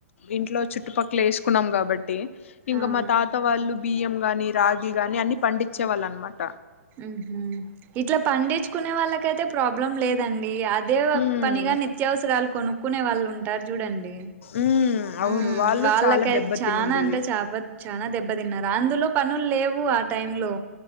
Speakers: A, on the left (about 60°); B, on the right (about 20°).
A: ఇంట్లో చుట్టుపక్కల వేసుకున్నాం కాబట్టి టి ఇంకా
B: ఆ
A: మా తాత వాళ్ళు బియ్యం గాని రాగి గాని అన్ని పండించే వాళ్ అన్ మాట
B: ఉహు ఇట్లా పండించుకునే వాళ్ళక అయితే ప్రాబ్లం లేదండి అదే
A: మ్మ్
B: పనిగా నిత్యావసరాలు కొనుక్కునే వాళ్ళు ఉంటారు చూడండి
A: మ్మ్ అవును
B: మ్ మ్
A: వాళ్ళు
B: వాళ్ళకఅయితే
A: చాలా దెబ్బతినిండేది
B: చానా అంటే చప చాన దెబ్బ తిన్నారు అందులొ పనుల్ లేవు ఆ టైమ్ లో